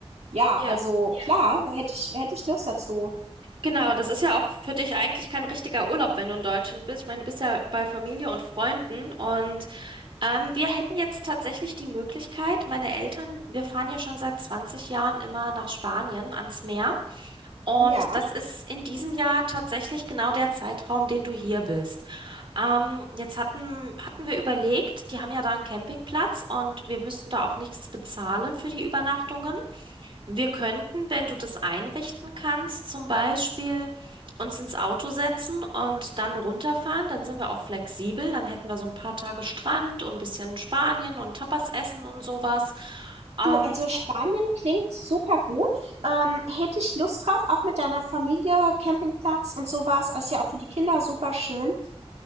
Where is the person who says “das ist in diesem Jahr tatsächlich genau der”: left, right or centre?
Right